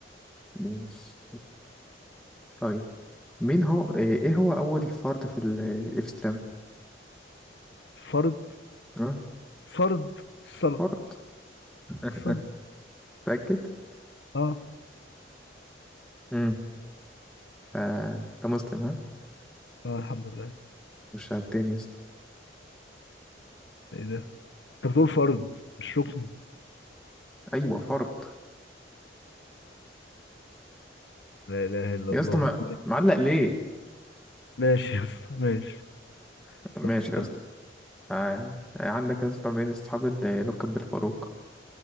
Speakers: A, in the centre; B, on the left.
A: يونس طيب مين هو إيه إيه هو أول فرد في ال- الإسلام؟
B: فرض
A: أه؟
B: فرض الصلاة
A: فرد <laughs>
B: الصلاة
A: متأكد؟
B: اه
A: مم. آه، أنت مسلم ها؟
B: اه الحمد لله
A: مش هتاني يا اسطى
B: ايه ده انت بتقول فرض مش ركن
A: أيوه فرد
B: لا إله إلا
A: يا
B: الله
A: اسطى ما- معلق ليه؟
B: ماشي يس ماشي
A: ماشي
B: طب
A: يا
B: طب
A: اسطى آه، عندك يا اسطى مين اصحاب اللي يلقب بالفاروق